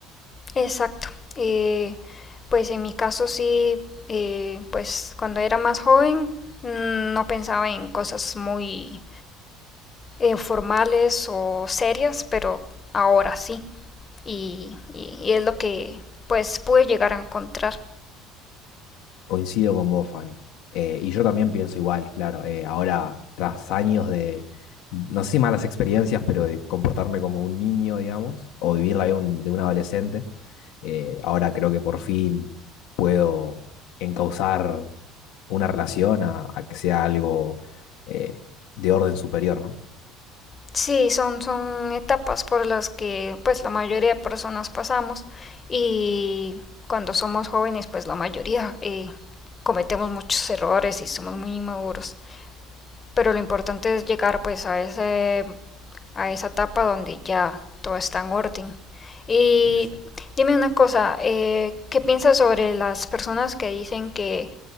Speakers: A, on the left; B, on the left.
A: Exacto. Eh, pues en mi caso sí, eh, pues cuando era más joven no pensaba en cosas muy eh, formales o serias, pero ahora sí. y, y, y es lo que pues pude llegar a encontrar.
B: Coincido con vos, Fanny. Eh, y yo también pienso igual, claro. eh, ahora, tras años de, no sé si malas experiencias, pero de comportarme como un niño, digamos, o vivir la vida un- de un adolescente, eh, ahora creo que por fin puedo encauzar una relación a, a que sea algo eh, de orden superior, ¿no?
A: Sí, son, son etapas por las que pues la mayoría de personas pasamos y cuando somos jóvenes pues la mayoría eh, cometemos muchos errores y somos muy inmaduros. Pero lo importante es llegar pues a, ese, a esa etapa donde ya todo está en orden. Y
B: Exacto.
A: dime una cosa, eh, ¿qué piensas sobre las personas que dicen que